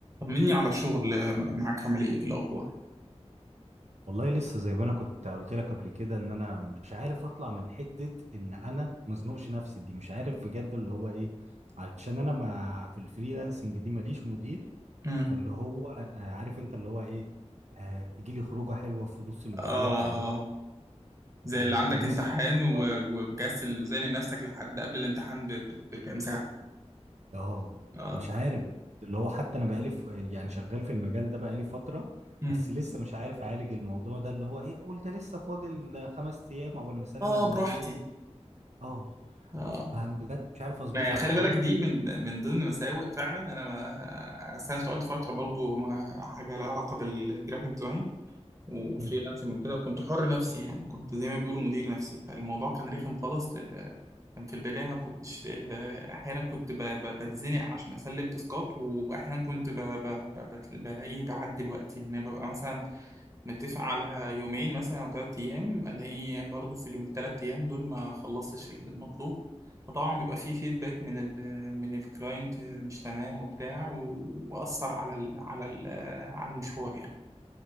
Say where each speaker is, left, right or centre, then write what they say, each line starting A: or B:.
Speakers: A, on the right; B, on the right.
A: طمني على الشغل آه، معاك عامل ايه إيه الاخبار
B: والله لسه زي ما انا كنت قلت لك قبل كده ان انا مش عارف اطلع من حتة ان انا مزنوقش نفسي دي مش عارف بجد اللي هو ايه علشان انا ما في الفريلانسنج دي ماليش مدير
A: امم
B: فاللي هو آه، عارف انت اللي هو ايه آه تيجي لي خروجة حلوة في نص الاسبوع
A: اه
B: فاللي هو
A: زي
B: آه
A: اللي عندك
B: لسه
A: امتحان
B: شوية
A: و- ومكسل وزانق نفسك لحد قبل الامتحان ب- ب- بكام ساعه
B: اه
A: اه
B: مش عارف اللي هو حتى انا بقالي ف- يعني شغال في المجال ده بقالي فترة
A: امم
B: بس لسه مش عارف اعالج الموضوع ده اللي هو ايه قول ده لسه فاضل خمس ايام عقبال ما اسلم
A: اه
B: المشروع
A: براحتي
B: اه
A: اه
B: ما بجد مش عارف اظبطها
A: ما خلي
B: حاولت
A: بالك دي من من ضمن مساوئ فعلا انا ما أصل انا اشتغلت فتره برضو ما حاجه لها علاقه بالجرافيك ديزاين وفريلانسنج
B: امم
A: وكده وكنت حر نفسي يعني كنت زي ما بيقولوا مدير نفسي فالموضوع كان رخم خالص كان في البداية ما كنتش آه، أحيانا كنت ب- ب- بتزنق عشان أسلم تاسكات وأحيانا كنت ب- ب- ب- بت- بلاقيه بعدي الوقت يعني ببقى مثلا متفق على يومين مثلا أو تلات أيام ألاقيه برضه في اليوم التلات أيام دول ما خلصتش المطلوب فطبعا بيبقى فيه فيدباك من ال من الكلاينت مش تمام وبتاع و- وأثر على ال على ال على المشوار